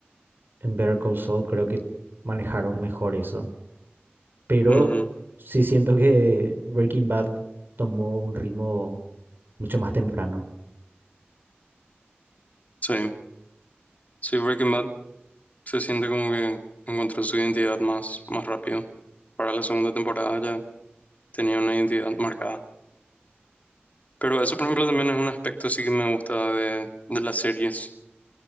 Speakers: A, on the right; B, on the left.
A: en Better Call Saul creo que manejaron mejor eso. Pero
B: Ujú.
A: sí siento que Breaking Bad tomó un ritmo mucho más temprano.
B: Sí, sí, Breaking Bad se siente como que encontró su identidad más, más rápido. para la segunda temporada ya tenía una identidad marcada. Pero eso, por ejemplo, también es un aspecto sí que me gusta de, de las series,